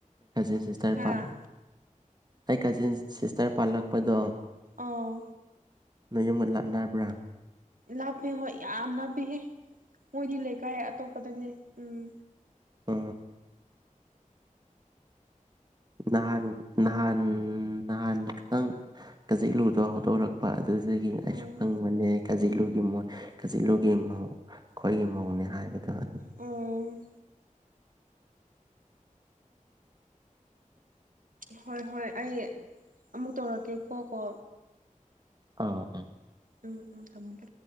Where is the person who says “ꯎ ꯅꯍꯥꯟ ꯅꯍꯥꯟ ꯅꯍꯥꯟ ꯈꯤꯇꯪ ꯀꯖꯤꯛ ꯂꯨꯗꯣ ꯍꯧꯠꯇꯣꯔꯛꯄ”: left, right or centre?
Right